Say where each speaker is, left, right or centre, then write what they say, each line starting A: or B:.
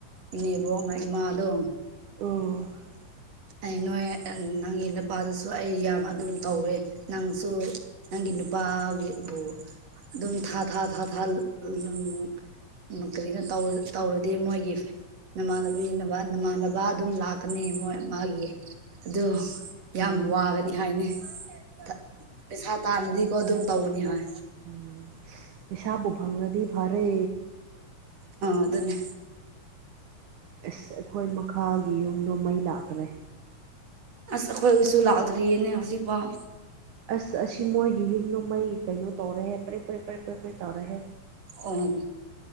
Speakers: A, on the right; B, on the right.
A: ꯏꯅꯦꯕꯣꯛꯅ ꯏꯃꯥꯗꯣ
B: ꯑ‌ꯣ
A: ꯑꯩ ꯅꯣꯏ ꯅꯪꯒꯤ ꯅꯨꯄꯥꯗꯁꯨ ꯑꯩ ꯌꯥꯝ ꯑꯗꯨꯝ ꯇꯧꯋꯦ ꯅꯪꯁꯨ ꯅꯪꯒꯤ ꯅꯨꯄꯥꯒꯤꯕꯨ ꯑꯗꯨꯝ ꯊꯥ ꯊꯥ ꯊꯥ ꯊꯥꯜ ꯎꯝ ꯀꯔꯤꯅꯣ ꯇꯧꯔꯗꯤ ꯃꯣꯏꯒꯤ ꯅꯃꯥꯟꯅꯕꯤ ꯅꯃꯥꯟꯅꯕ ꯑꯗꯨꯝ ꯂꯥꯛ ꯀꯅꯤ ꯃꯣꯏ ꯃꯥꯒꯤ ꯑꯗꯨ ꯌꯥꯝ
B: ꯎꯝ
A: ꯋꯥꯒꯅꯤ ꯍꯥꯏꯅ‌ꯦ ꯊ ꯄꯩꯁꯥ ꯇꯥꯟꯔꯗꯤꯀꯣ ꯑꯗꯨꯝ ꯇꯧꯕꯅꯤ ꯍꯣꯏ
B: ꯎꯝ <inaudible> ꯄꯩꯥꯁꯥꯕꯨ ꯐꯪꯔꯗꯤ ꯐꯔꯦ
A: ꯑ ꯑꯗꯨꯅꯦ
B: ꯑꯁ ꯑꯩꯈꯣꯏ ꯃꯈꯥꯒꯤ ꯌꯨꯝꯗꯣ ꯃꯩ ꯂꯥꯛꯇ꯭ꯔꯦ
A: ꯑꯁ ꯑꯩꯈꯣꯏꯒꯤꯁꯨ ꯂꯥꯛꯗ꯭ꯔꯤꯌꯦꯅꯦ ꯍꯧꯖꯤꯛꯐꯥꯎ
B: ꯑꯁ ꯑꯁꯤ ꯃꯣꯏꯒꯤ ꯌꯨꯝꯗꯣ ꯃꯩ ꯀꯩꯅꯣ ꯇꯧꯔ‌ꯦꯍꯦ ꯄ꯭ꯔꯦ ꯄ꯭ꯔꯦꯠ ꯄ꯭ꯔꯦꯠ ꯄ꯭ꯔꯦ ꯄ꯭ꯔ‌ꯦꯠ ꯇꯧꯔ‌ꯦꯍꯦ
A: ꯑꯣꯝ